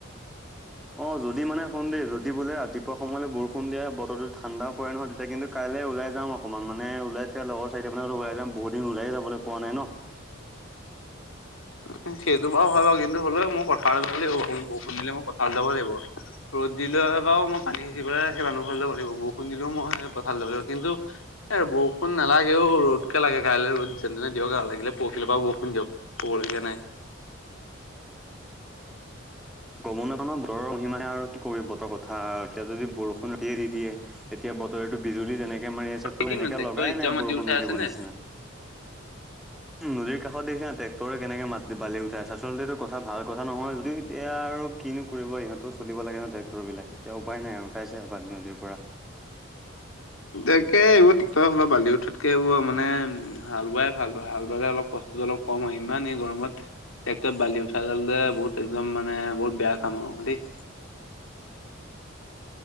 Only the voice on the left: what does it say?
উম, সেইটো বাৰু হয় বাৰু কিন্তু হ'লেও মই পথাৰ যাব লাগিব বাৰু বৰষুত দিলে মই পথাৰত যাব লাগিব। ৰ'দ দিলেও বাু মই পানী সিচি পেল সেই মুহ ঘলৈ লব লাগিব বৰষুণ দিলেও মই পথাৰত ল' লাগিব। কিন্তু, বৰষুণ নালাগেও ৰদকে লাগে কাইলৈ ৰ'দ যেনে তেনে দিয়ক আৰু লাগিলে পৰহখিলৰ পৰা বৰষুণ দিয়ক। কব লগীয়া নাই।
এই কিনো
ট্ৰেক্টৰ
এতিয়াও
মাটি
উঠাই
আছে নে?
তাকে এইবোৰ টেক্টৰ হলপ বালি উঠাতকে এইবোৰ মানে হাল বোৱাই ভাল। হাল বাইে অলপ কষ্ট ত, অলপ কম হয় ইমান এই গৰমত টেক্টৰত বালি উঠাই গাল যে বহুত একদম মানে বহুত বেয়া কাম আৰু দেই।